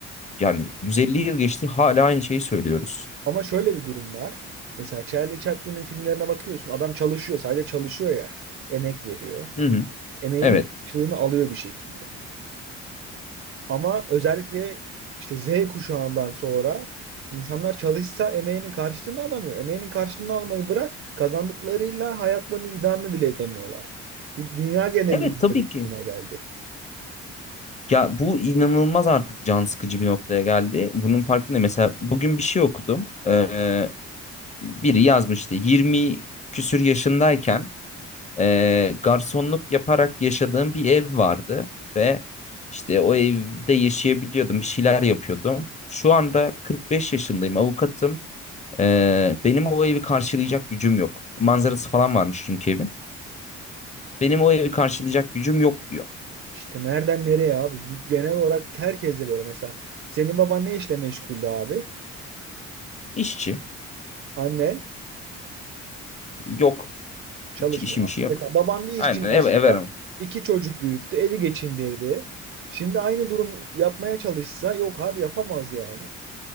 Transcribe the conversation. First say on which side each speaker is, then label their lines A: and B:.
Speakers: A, on the left; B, on the right.
A: Yani 150 yıl geçti hala aynı şeyi söylüyoruz.
B: Ama şöyle bir durum var. Mesela Charlie Chaplin'in filmlerine bakıyorsun. Adam çalışıyor, sadece çalışıyor ya. Emek veriyor.
A: Hı hı.
B: Emeğinin
A: Evet.
B: karşılığını alıyor bir şekilde. Ama özellikle işte Z kuşağından sonra insanlar çalışsa emeğinin karşılığını alamıyor. Emeğinin karşılığını almayı bırak, kazandıklarıyla hayatlarını idame bile edemiyorlar. Bu dünya genelinde
A: Evet tabii
B: böyle bir
A: ki.
B: duruma geldi.
A: Ya bu inanılmaz artık can sıkıcı bir noktaya geldi. Bunun farkındayım. Mesela bugün bir şey okudum. Ee, biri yazmıştı. 20 küsür yaşındayken ee, garsonluk yaparak yaşadığım bir ev vardı ve işte o evde yaşayabiliyordum. Bir şeyler yapıyordum. Şu anda 45 yaşındayım, avukatım. Ee, benim o evi karşılayacak gücüm yok. Manzarası falan varmış çünkü evin. Benim o evi karşılayacak gücüm yok diyor.
B: İşte nereden nereye abi? Bu genel olarak herkes de böyle. Mesela senin baban ne işle meşguldü abi?
A: İşçi
B: Annen
A: yok.
B: çalışmıyor.
A: Hiç işim işi yok.
B: Mesela baban bir
A: Aynen
B: işçi maaşıyla
A: ev, everim.
B: iki çocuk büyüttü, evi geçindirdi. Şimdi aynı durum yapmaya çalışsa yok abi yapamaz yani.